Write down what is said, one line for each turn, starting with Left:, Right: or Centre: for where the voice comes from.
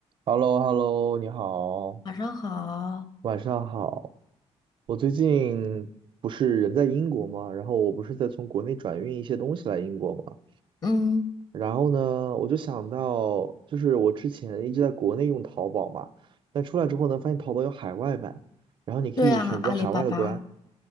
Right: h e l l o h e l l o 你好，
Left: 晚上好，
Right: 晚上好。我最近不是人在英国吗？然后我不是在从国内转运一些东西来英国吗？
Left: 嗯，
Right: 然后呢，我就想到，就是我之前一直在国内用淘宝嘛，但出来之后呢，发现淘宝有海外版，然后你可以选择海外的国家。
Left: 对啊，阿里巴巴